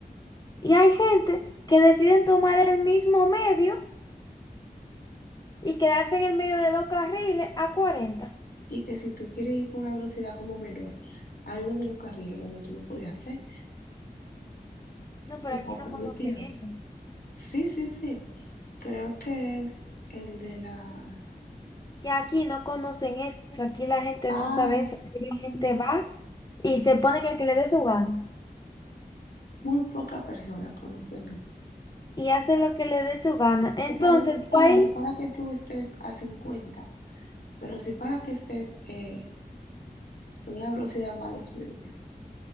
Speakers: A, on the left; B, on the left.
A: Y hay gente que deciden tomar el mismo medio y quedarse en el medio de dos carriles a 40.
B: Y que si tú quieres ir con una velocidad como menor, hay uno de los carriles donde tú lo puedes hacer.
A: No, pero
B: Está
A: aquí no
B: permitido.
A: conocen eso.
B: Sí, sí, sí. Creo que es el de la...
A: Que aquí no conocen eso. Aquí la gente
B: Ah,
A: no sabe eso. Aquí la
B: mm,
A: gente va y se pone en el que le dé su gana.
B: muy pocas personas conocen eso.
A: Y hace lo que le dé su gana. Entonces,
B: Está registrando
A: tú ahí
B: para que tú estés a 50 pero sí para que estés eh, en una velocidad más disminuida.